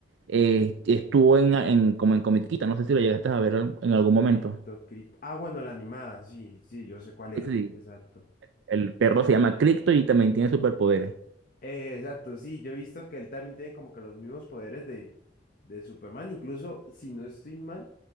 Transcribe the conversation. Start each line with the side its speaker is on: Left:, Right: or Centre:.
Right: eh, estuvo en, en, como en comiquita, no sé si lo llegaste a ver en en algún momento.
Left: cripto, cripto. Ah, bueno, la animada, sí, sí, yo sé cuál
Right: Sí,
Left: es,
Right: sí,
Left: exacto.
Right: el perro se llama Krypto y también tiene superpoderes.
Left: Eh, exacto, sí, yo he visto que él también tiene como que los mismos poderes de, de Superman, incluso si no estoy mal,